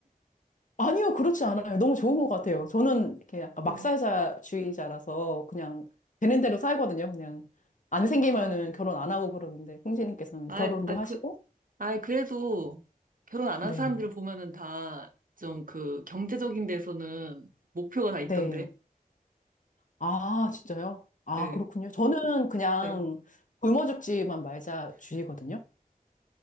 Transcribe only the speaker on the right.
네.
아,
아,
아,
그, 아, 그래도 결혼 안
한 사람들을 보면은 다 좀 그 경제적인 데서는 목표가 다 있던데.
네.
네.